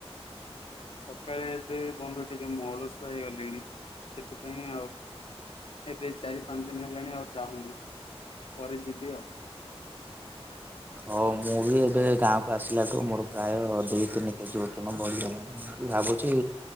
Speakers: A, on the left (about 60°); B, on the right (about 15°).
A: ସକାଳେ ଏବେ ବନ୍ଧୁ ଟିକେ ମୁଁ ଅଳସ ହେଇଗଲିଣି। ସେଥିପାଇଁ ଆଉ ଏବେ ଚାରି ପାଞ୍ଚ ଦିନ ହେଲାଣି ଆଉ ଯାଉନି ପରେ ଯିବି ଆଉ।
B: ହଉ ମୁଁ ବି ଏବେ ଗାଁକୁ ଆସିଲାଠୁ ମୋର ପ୍ରାୟ ଦୁଇ ତିନି କେଜି ଓଜନ ବଢିଗଲାଣି। ଖାଲି ଭାବୁଛି